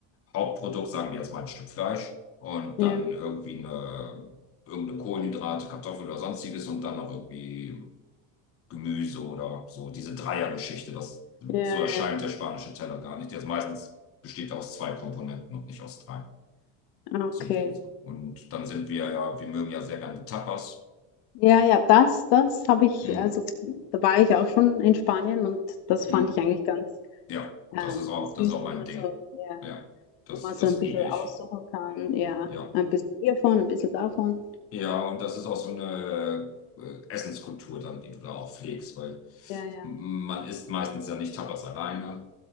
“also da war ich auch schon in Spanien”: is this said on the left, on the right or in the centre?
Left